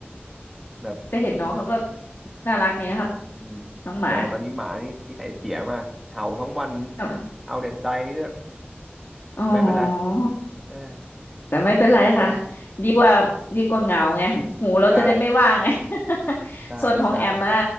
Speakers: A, in the centre; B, on the left.
A: แบบ
B: <laughs> แต่เห็นน้องเขาก็น่ารักนี่นะครับ
A: อืม
B: น้องหมา
A: แต่ว่าตอนนี้หมานี่นิสัยเสียมากเห่าทั้งวัน
B: ทำไม
A: เอาแต่ใจเนี่ย
B: <laughs>
A: แต่ไม่เป็นไร
B: อ๋อ
A: เอ้ย
B: แต่ไม่เป็นไรค่ะ
A: ผิดก็
B: ดีกว่าดีกว่าเหงาไงหูเราจะได้ไม่ว่างไง
A: ใช่
B: <laughs>
A: ใช่ใช่
B: ส่วนของแอมน่ะ